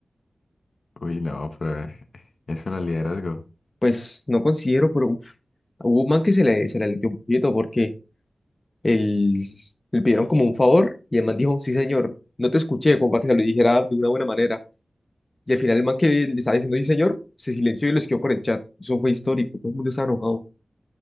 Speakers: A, on the left (about 65°); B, on the left (about 35°).
A: Uy, no, pero eh, eso no es liderazgo.
B: Pues no considero, pero uf, hubo un man que se le, se le aleteó un poquito porque el, le pidieron como un favor y el man dijo, sí, señor, no te escuché, como para que se lo dijera de una buena manera. Y al final el man que le estaba diciendo, sí, señor, se silenció y lo escribió por el chat. Eso fue histórico, todo el mundo estaba enojado. O